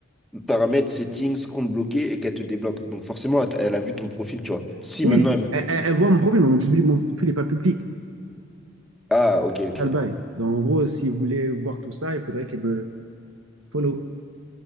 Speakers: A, in the centre; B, on the right (about 80°).
A: paramètres, settings, compte bloqué, et qu'elle te débloque. Donc forcément, elle, t'a- elle a vu ton profil, tu vois. Si
B: Oui,
A: maintenant elle veut...
B: elle, elle- elle voit mon profil, mais mon, public- mon profil n'est pas public.
A: Ah, ok, ok.
B: C'est ça le bail. Donc, en gros, si vous voulez voir tout ça, il faudrait qu'elle me follow,